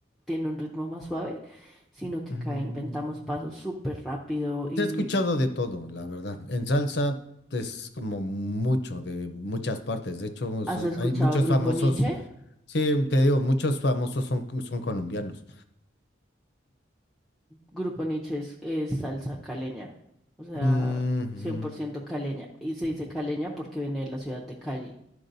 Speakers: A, in the centre; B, on the left.
A: tiene un ritmo más suave, sino que
B: Mm,
A: acá inventamos pasos súper rápido. ¿Y
B: He escuchado de todo, la verdad. En salsa es como mucho, de muchas partes. De hecho, es-
A: has escuchado
B: hay muchos
A: Grupo
B: famosos.
A: Nietzsche?
B: Sí, te digo, muchos famosos son, co- son colombianos.
A: Grupo Nietzsche es, es salsa caleña, o sea,
B: Mm, ujú.
A: 100% caleña. Y se dice caleña porque viene de la ciudad de Cali,